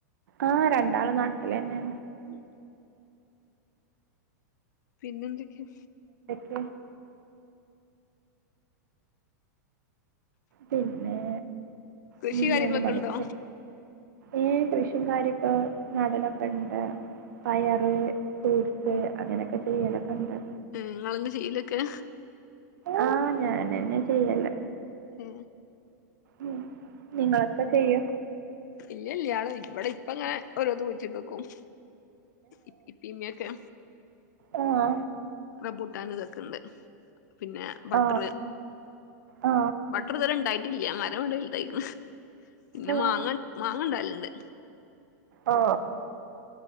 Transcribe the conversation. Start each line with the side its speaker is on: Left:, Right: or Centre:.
Right: ആഹ രണ്ടാള് നാട്ടില തന്നെ
Left: ഉം പിന്നെന്തൊക്കെയ
Right: ഉ പിന്നെ
Left: കൃഷി
Right: ഇനി
Left: കാര്യങ്ങളൊക്കെ
Right: മൂന്ന് മണിക്കൂർ
Left: ഇണ്ടോ
Right: ഏ കൃഷും കാര്യൊക്ക നടലൊക്കെ ഇണ്ട് പയറ് ഫ്രൂട്സ് അങ്ങനെയൊക്കെ ചെയ്യലൊക്കെ ഉണ്ട്
Left: മ്മ് ങ്ങൾന്ന് ചിയിലിൽവെയ്ക്കു
Right: ആഹ് ഞാൻന്ന് ചെയ്യല്ല
Left: ഉ
Right: ഉ നിങ്ങളൊക്കെ ചെയോ
Left: ഇല്ല ഇല്ല യാള് ഇവിടെ ഇപ്പ ഇങ്ങനെ ഓരോന്ന് കുഴിച്ചിട്ടോക്കും ഇപ്പി ഇപ്പമയൊക്കെ
Right: ആ
Left: റമ്പുട്ടാൻ ഇതൊക്കെ ഉണ്ട് പിന്നെ ബട്ടർ
Right: ആ ആ
Left: ബട്ടർ ഇതുവരെ ഇണ്ടായിട്ടില്ല മരം ഇവിടെ വല്ദായിക്കണ് പിന്നെ
Right: ആ
Left: മാങ്ങ മാങ്ങണ്ടാല്ലിണ്ട്
Right: ആ